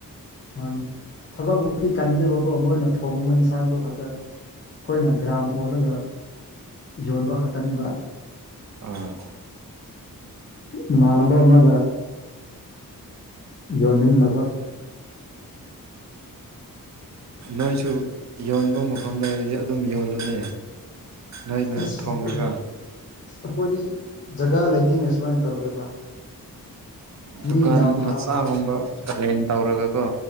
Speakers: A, on the left; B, on the right.
A: ꯃꯥꯅꯤ ꯊꯕꯛꯕꯨꯗꯤ ꯀꯟꯗꯦꯕꯀꯣ ꯃꯣꯏꯅ ꯊꯣꯡꯕ ꯏꯟꯁꯥꯡꯗꯣ ꯈꯛꯇ ꯑꯩꯈꯣꯏꯅ ꯒ꯭ꯔꯥꯝ ꯑꯣꯜꯂꯒ ꯌꯣꯟꯕ ꯈꯛꯇꯅꯦꯕ
B: ꯑꯥ
A: ꯏꯃꯥꯟꯅꯕ ꯑꯃꯒ ꯌꯣꯟꯃꯤꯟꯅꯕ
B: ꯅꯣꯏꯁꯨ ꯌꯣꯟꯕ ꯃꯐꯝ ꯂꯩꯔꯗꯤ ꯑꯗꯨꯝ ꯌꯣꯜꯂꯣꯅꯦ ꯅꯣꯏꯅ
A: ꯑꯁ
B: ꯊꯣꯡꯂꯒ
A: ꯑꯩꯈꯣꯏꯗꯤ ꯖꯒꯥ ꯂꯩꯇꯦꯅꯦ ꯁꯨꯃꯥꯏꯅ ꯇꯧꯒꯗꯕ ꯃꯤ
B: ꯗꯨꯀꯥꯟ
A: ꯃꯌꯥꯝꯅ
B: ꯃꯆꯥꯒꯨꯝꯕ
A: ꯍꯥ
B: ꯔꯦꯟ ꯇꯧꯔꯒ ꯀꯣ